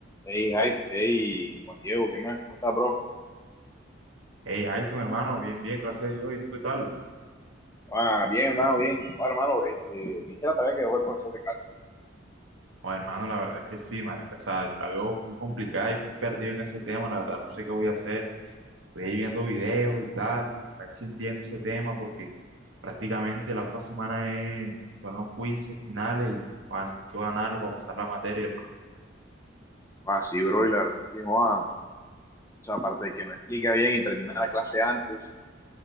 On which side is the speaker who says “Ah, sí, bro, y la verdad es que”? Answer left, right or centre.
Left